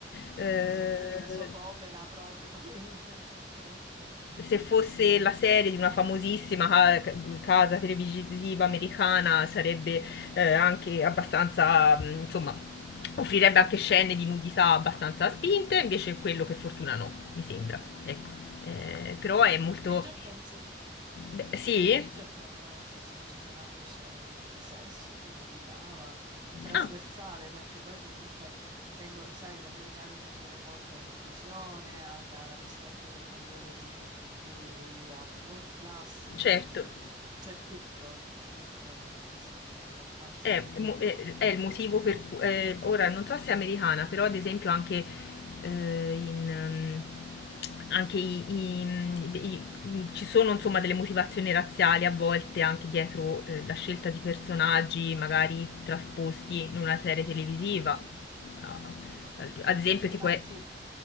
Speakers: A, on the left; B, on the right.
A: eh,
B: Sì, la soap opera proprio, <laughs> in senso stretto.
A: se fosse la serie di una famosissima ca- casa televisiva americana sarebbe eh, anche abbastanza, mh, insomma, offrirebbe anche scene di nudità abbastanza spinte, invece quello per fortuna no, mi sembra. Ecco. Eh, però è molto...
B: Bridgerton, sì.
A: Beh, sì?
B: Bridgerton, eh, sì, sì, ci sono anche scene di, di sesso, di nudità, ma trasversale,
A: Ah,
B: perché poi comunque tengono, sai, gli americani tengono molto all'inclusione, al rispetto del mondo LGBTQIA+,
A: certo.
B: quindi c'è tutto in queste, in queste serie, anzi
A: È,
B: più di tutto.
A: è- è il motivo per cui eh, ora non so se è americana, però ad esempio anche eh, in ehm, anche i, i- mm, i- i- mm, ci sono insomma delle motivazioni razziali a volte anche dietro eh, la scelta di personaggi magari trasposti in una serie televisiva.
B: Sì,
A: Da-
B: sì, sì.
A: Ad esempio
B: Infatti,
A: tipo, eh,